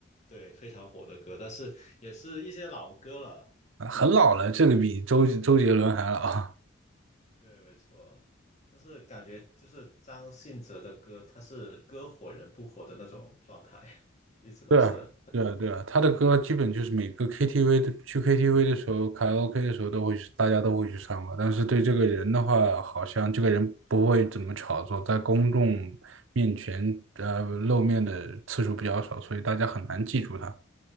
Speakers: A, on the left; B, on the right.
A: 对非常火的歌，但是也是一些老歌了。
B: 啊，很老了，这个比周周杰伦还老。
A: 对，没错。但是感觉就是张信哲的歌，他是歌火人不火的那种状态，<laughs> 一直都是，
B: <laughs> 对啊，对啊，对啊，他的歌基本就是每个 KTV 的去 KTV 的时候，卡拉 OK 的时候都会去，大家都会去唱吧。但是对这个人的话，好像这个人不会怎么炒作，在公众面前呃露面的次数比较少，所以大家很难记住他。